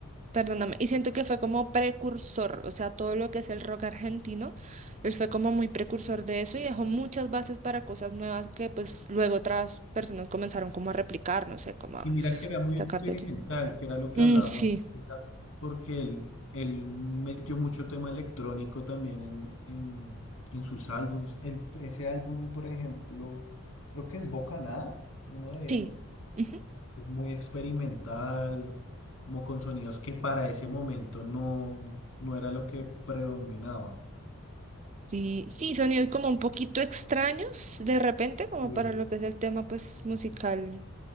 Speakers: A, on the right; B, on the left.
A: perdóname, y siento que fue como precursor, o sea, todo lo que es el rock argentino, él fue como muy precursor de eso y dejó muchas bases para cosas nuevas que pues luego otras personas comenzaron como a replicar, no sé, como a
B: Y mira que era muy
A: sacar
B: experimental,
A: de ello.
B: que era lo que
A: Mm,
B: hablábamos,
A: sí.
B: ahorita, porque él, él metió mucho tema electrónico también en, en, en sus álbums. El- ese álbum, por ejemplo, creo que es Bocanada, uno de
A: Sí.
B: él.
A: ujú.
B: Es muy experimental, como con sonidos que para ese momento no, no era lo que predominaba.
A: Sí, sí, sonidos como un poquito extraños de repente, como
B: Sí.
A: para lo que es el tema pues musical